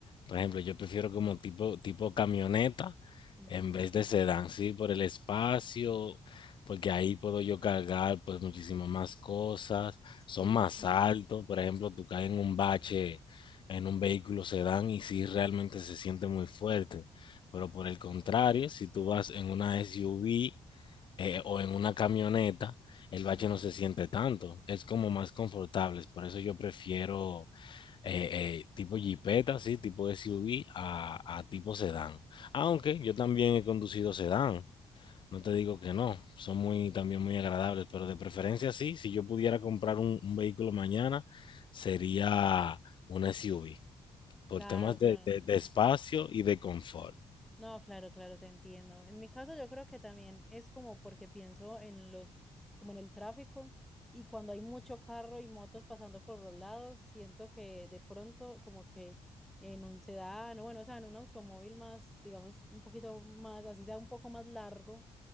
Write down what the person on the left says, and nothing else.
Por ejemplo, yo prefiero como tipo, tipo camioneta
en vez de sedán, sí, por el espacio, porque ahí puedo yo cargar pues muchísimas más cosas, son
más
altos, por ejemplo, tú caes en un bache en un vehículo sedán y sí realmente se siente muy fuerte, pero por el contrario, si tú vas en una SUV eh, o en una camioneta, el
bache no se siente tanto, es como más confortable, por eso yo prefiero eh, eh, tipo jipeta, sí, tipo SUV a, a tipo sedán. Aunque yo también he conducido sedán, no te digo que no, son muy, también muy agradables, pero de preferencia sí, si yo pudiera comprar un, un vehículo mañana, sería una SUV, por
temas
de, de- de espacio y de confort.